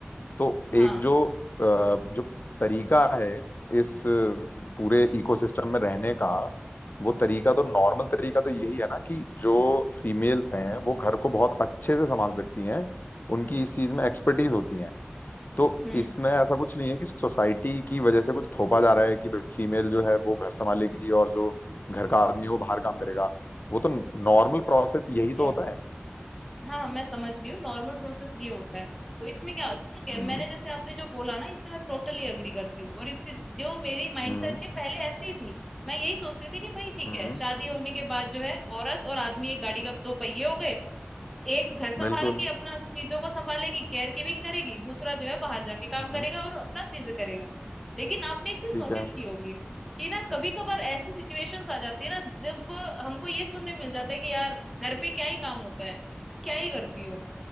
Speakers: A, on the left; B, in the centre.
A: तो
B: हाँ
A: एक जो अ, जो तरीका है इस अ, पूरे इकोसिस्टम में रहने का वो तरीका तो नॉर्मल तरीका तो यही है ना कि जो फीमेल्स हैं वो घर को बहुत अच्छे से संभाल सकती हैं उनकी इस चीज में एक्सपर्टीज होती है तो
B: हम्म
A: इसमें ऐसा कुछ नहीं है कि सोसाइटी की वजह से कुछ थोपा जा रहा है कि फीमेल जो है वो घर संभालेगी और जो घर का आदमी है वो बाहर काम करेगा वो तो नॉर्मल प्रोसेस यही
B: ठीक
A: तो
B: है
A: होता है
B: हाँ हाँ, मैं समझ रही हूँ नॉर्मल प्रोसेस ये होता है तो इसमें क्या ठीक है
A: हम्म
B: मैंने जैसे आपने जो बोला ना इससे मैं टोटली अग्री करती हूँ और इससे जो मेरी माइंडसेट
A: हम्म
B: थी पहले ऐसी ही थी मैं यही सोचती थी कि भाई ठीक
A: हम्म
B: है शादी होने के बाद जो है औरत और आदमी एक गाड़ी का दो पहिए हो गए एक घर संभाल
A: बिल्कुल
B: के अपना चीजों को संभालेगी केयर गिविंग करेगी दूसरा जो है बाहर जाके काम
A: हम्म
B: करेगा और अपना चीज करेगा लेकिन आपने एक चीज
A: ठीक
B: नोटिस
A: है
B: की होगी कि ना कभी कभार ऐसी सिचुएशंस आ जाती है ना जब हमको ये सुनने मिल जाता है कि यार घर पे क्या ही काम होता है क्या ही करती हो